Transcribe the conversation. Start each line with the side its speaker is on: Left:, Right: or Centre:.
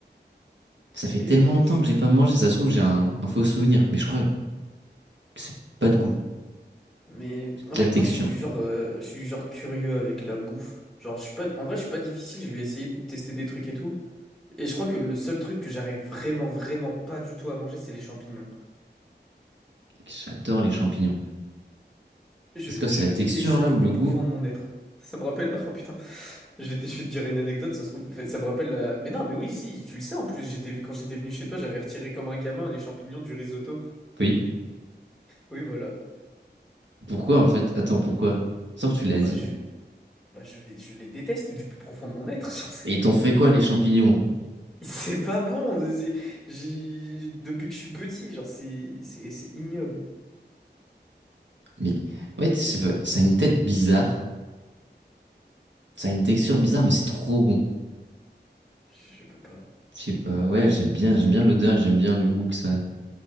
Right: Ça fait
Centre: Mais...
Right: tellement
Centre: pff,
Right: longtemps que
Centre: je-
Right: j'ai pas mangé, ça se trouve, j'ai un, un faux souvenir. Mais je crois que c'est pas de goût,
Centre: Mais...
Right: c'est
Centre: En
Right: de
Centre: fait,
Right: la texture.
Centre: moi, je suis du genre... euh, Je suis du genre curieux avec la bouffe. Genre, je suis pas... En vrai, je suis pas difficile, je vais essayer de tester des trucs et tout. Et je crois que le seul truc que j'arrive vraiment, vraiment pas du tout à manger, c'est les champignons.
Right: J'adore les champignons.
Centre: Je,
Right: C'est quoi,
Centre: je
Right: c'est la texture,
Centre: hais ça
Right: là,
Centre: du
Right: ou
Centre: plus
Right: le goût?
Centre: profond de mon être. Ça me rappelle, <laughs> oh putain, je vais, te je vais te dire une anecdote, ça se trouve, enfin, ça me rappelle la... Mais non, mais oui, si, tu le sais en plus, j'étais vu quand j'étais venu chez toi, j'avais retiré comme un gamin les champignons du risotto.
Right: Oui.
Centre: Oui, voilà.
Right: Pourquoi, en fait? Attends, pourquoi? Sauf que tu l'as dit.
Centre: Bah je, bah, je les, je les déteste du plus profond de mon être. <laughs> genre, c'est
Right: Et ils t'ont fait quoi, les champignons?
Centre: c'est pas bon. c'est- j'ai- Depuis que je suis petit, genre c'est, c'est, c'est ignoble.
Right: Mais ouais, je sais pas, ça a une tête bizarre, ça a une texture
Centre: Ça-
Right: bizarre, mais c'est trop bon.
Centre: je peux pas.
Right: Je sais pas, ouais, j'aime bien, j'aime bien l'odeur, j'aime bien le goût que ça. a.